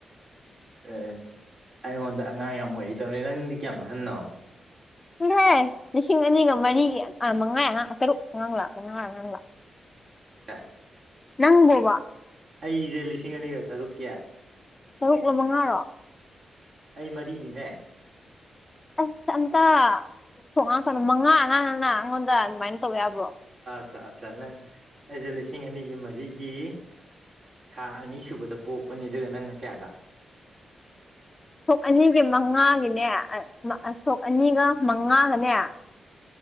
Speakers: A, on the right; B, on the left.
A: ꯑꯦꯁ ꯑꯩꯉꯣꯟꯗ ꯑꯉꯥꯡ ꯌꯥꯝ ꯑꯣꯏꯔꯤꯗꯧꯅꯤ ꯅꯪꯗꯤ ꯀꯌꯥꯝ ꯑ ꯍꯟꯅꯣ
B: ꯎꯍꯦ ꯂꯤꯁꯤꯡ ꯑꯅꯤꯒ ꯃꯔꯤꯒꯤ ꯃꯉꯥ ꯇꯔꯨꯛ ꯑꯉꯥꯡ ꯂꯥꯛ ꯃꯉꯥ ꯑꯉꯥꯡ ꯂꯥꯛ
A: ꯑ
B: ꯅꯪꯕꯣꯕꯥ
A: ꯑꯩꯁꯦ ꯂꯤꯁꯤꯡ ꯑꯅꯤꯒ ꯇꯔꯨꯛꯀꯤ
B: ꯇꯔꯨꯛꯂ ꯃꯉꯥꯔꯣ
A: ꯑꯩ ꯃꯔꯤꯅꯤꯅꯦ
B: ꯑꯁ ꯑꯝꯇ ꯁꯣꯉꯥꯡ ꯃꯉꯥ ꯑꯉꯥꯡꯅ ꯑꯩꯉꯣꯟꯗ ꯑꯗꯨꯃꯥꯏꯅ ꯇꯧ ꯌꯥꯕ꯭ꯔꯣ
A: ꯑ ꯑ ꯅꯪ ꯑꯩꯁꯦ ꯂꯤꯁꯤꯡ ꯑꯅꯤꯒꯤ ꯃꯔꯤꯒꯤ ꯊꯥ ꯑꯅꯤ ꯁꯨꯕꯗ ꯄꯣꯛꯄꯅꯤ ꯑꯗꯨꯒ ꯅꯪꯅ ꯀꯌꯥꯗ
B: <inaudible> ꯁꯣꯛ ꯑꯅꯤꯁꯦ ꯃꯉꯥꯒꯤꯅꯦ ꯁꯣꯛ ꯑꯅꯤꯒ ꯃꯉꯥꯒꯅꯦ